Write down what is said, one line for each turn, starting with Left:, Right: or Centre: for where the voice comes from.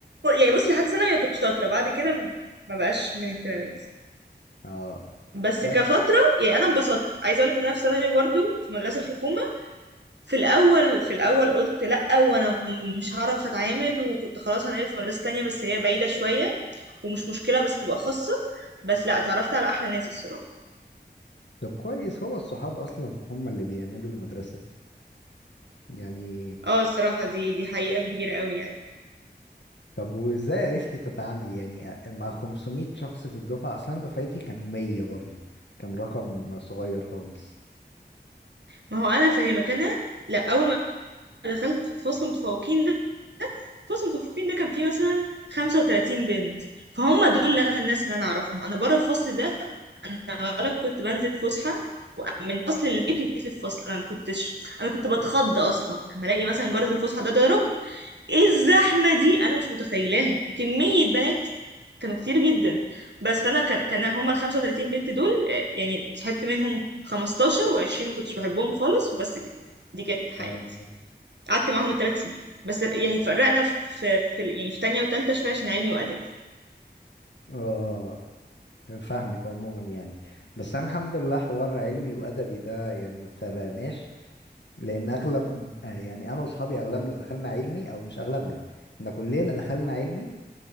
Right: يعني بص لحد ثانوي أنا كنت شاطرة بعد كده ما بقاش من اهتماماتي
Left: اه
Right: بس
Left: طيب
Right: كفترة يعني أنا انبسطت عايزة أقولك إن أنا في ثانوي برضه في مدرسة الحكومة في الأول في الأول قلت لأ وأنا مش هعرف أتعامل وكنت خلاص هنقل في مدرسة تانية بس هي بعيدة شوية ومش مشكلة بس تبقى خاصة بس لأ اتعرفت على أحلى ناس الصراحة
Left: طب كويس هو الصحاب اصلا هم اللي بيعملوا المدرسة يعني
Right: اه الصراحة دي دي حقيقة كبيرة قوي يعني
Left: طب وازاي عرفتي تتعاملي يعني مع 500 شخص في الدفعة اصلا دفعتي كانوا 100 برضو كان رقم صغير خالص
Right: ما هو أنا فاهمك أنا لأ أول ما دخلت في فصل متفوقين فصل متفوقين ده كان فيه مثلا 35 بنت فهم دول اللي أنا- الناس اللي انا اعرفهم انا بره الفصل ده انا ولا كنت بنزل فسحه و- من فصل البيت وجيت للفصل انا ما كنتش انا كنت بتخض اصلا لما الاقي مثلا جرس الفسحه ده ضرب ايه الزحمه دي انا مش متخيلاها كميه بنات كانوا كتير جدا بس فانا كان كان هما ال 35 بنت دول آه، يعني صاحبت منهم 15 و20 ما كنتش بحبهم خالص وبس كده دي كانت حياتي
Left: آه.
Right: قعدت معاهم ثلاث سنين بس يعني اتفرقنا في, في يعني في تانية وتالتة شوية عشان علمي وأدبي
Left: اه فاهمك عموما يعني بس انا الحمد لله حوار علمي وادبي ده يعني ما تفرقناش لان اغلب آه، يعني انا واصحابي اغلبنا دخلنا علمي او مش اغلبنا احنا كلنا دخلنا علمي